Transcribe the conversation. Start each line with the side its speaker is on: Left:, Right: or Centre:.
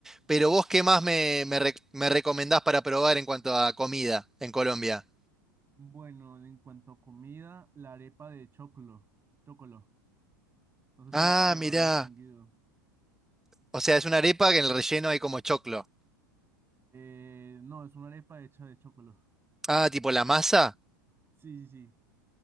Centre: Pero vos, ¿qué más me, me rec- me recomendás para probar en cuanto a comida en Colombia?
Right: Bueno, en cuanto a comida, la arepa de choclo, chocolo. No sé
Centre: Ah,
Right: si la, la
Centre: mirá.
Right: has distinguido.
Centre: O sea, es una arepa que en el relleno hay como choclo.
Right: Eh, no, es una arepa hecha de chocolo.
Centre: Ah, tipo la masa.
Right: Sí, sí, sí.